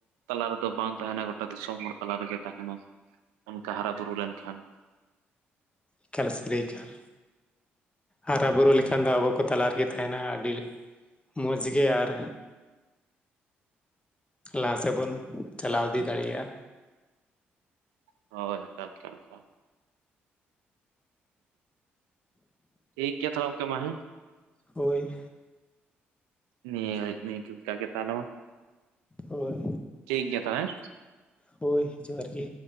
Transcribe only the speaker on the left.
ᱮᱠᱟᱞ ᱥᱟᱹᱨᱟᱹᱭᱠᱟᱞ, ᱦᱟᱨᱟᱵᱩᱨᱩ ᱞᱮᱠᱷᱟᱱ ᱫᱚ ᱟᱵᱚ ᱠᱚ ᱛᱟᱞᱟ ᱨᱮᱜᱮ ᱛᱟᱦᱮᱱᱟ ᱟᱹᱰᱤ᱾ ᱢᱚᱡᱽ ᱜᱮ ᱟᱨ ᱞᱟᱦᱟ ᱥᱮᱫ ᱵᱚᱱ, ᱪᱟᱞᱟᱣ ᱤᱫᱤ ᱫᱟᱲᱮᱭᱟᱜᱼᱟ᱾
ᱦᱳᱭ
ᱦᱳᱭ
ᱦᱳᱭ ᱡᱚᱦᱟᱨ ᱜᱮ᱾